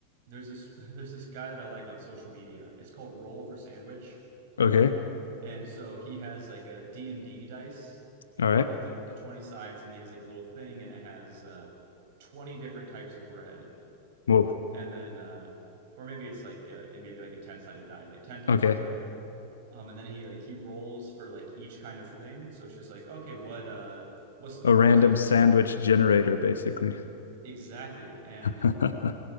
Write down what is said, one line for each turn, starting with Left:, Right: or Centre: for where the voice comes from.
Right: there's this <laughs> there's this guy that I like on social media. It's called Roll for Sandwich,
Left: Okay.
Right: and so he has like a D and D dice
Left: All right.
Right: with the the 20 sides, and he has like a little thing, and it has uh, 20 different types of bread
Left: Whoa.
Right: and then uh, or maybe it's like uh, it may be like a ten sided die, like ten types
Left: Okay.
Right: of bread. Um, and then he like he rolls for like each kind of thing. So it's just like okay, what uh, what's the
Left: A
Right: protein
Left: random sandwich
Right: going to be
Left: generator, basically.
Right: exactly? And
Left: <laughs>